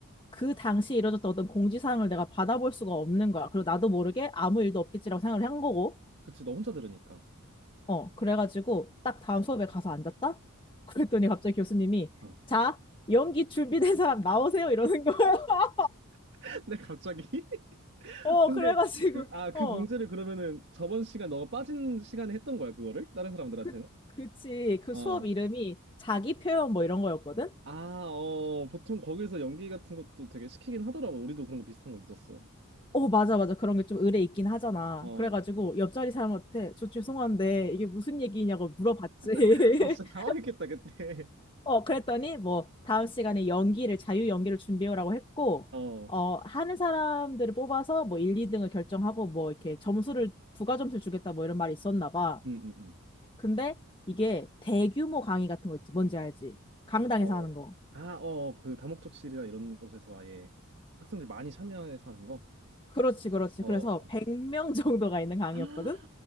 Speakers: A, on the left; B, on the right.
A: 그 당시에 이뤄졌던 어떤 공지사항을 내가 받아볼 수가 없는 거야. 그리고 나도 모르게 아무 일도 없겠지라고 생각을 한 거고,
B: 그치, 너 혼자 들으니까.
A: 어, 그래가지고 딱 다음 수업에 가서 앉았다? <laughs> 그랬더니 갑자기 교수님이,
B: 어.
A: 자, 연기 준비된 사람 나오세요. 이러는 거야. <laughs>
B: <laughs> 근데 갑자기?
A: 어,
B: 근데
A: 그래가지고,
B: 그, 아, 그
A: 어,
B: 공지를 그러면은 저번 시간 너가 빠진 시간에 했던 거야, 그거를? 다른 사람들한테는?
A: 그, 그치. 그
B: 어.
A: 수업 이름이 자기 표현 뭐 이런 거였거든?
B: 아, 어, 보통 거기서 연기 같은 것도 되게 시키긴 하더라고. 우리도 그런 거 비슷한 거 있었어.
A: 어, 맞아, 맞아. 그런 게 좀 의례 있긴 하잖아.
B: 어.
A: 그래가지고 옆자리 사람한테 저 죄송한데 이게 무슨 얘기냐고 물어봤지. <laughs>
B: <laughs> 너 진짜 당황했겠다, 그때.
A: 어, 그랬더니 뭐 다음 시간에 연기를 자유 연기를 준비해오라고 했고
B: <laughs> 어.
A: 어, 하는 사람들을 뽑아서 뭐 1, 2등을 결정하고 뭐 이렇게 점수를 부가 점수를 주겠다 뭐 이런 말이 있었나 봐.
B: 음, 음, 음.
A: 근데 이게 대규모 강의 같은 거 있지. 뭔지 알지? 강당에서
B: 어.
A: 하는 거.
B: 아, 어, 그 다목적실이나 이런 곳에서 아예 학생들 많이 참여해서 하는 거?
A: 그렇지, 그렇지.
B: 어.
A: 그래서
B: 어.
A: 100명 <laughs> 정도가 있는 강의였거든.
B: <gasps> 아,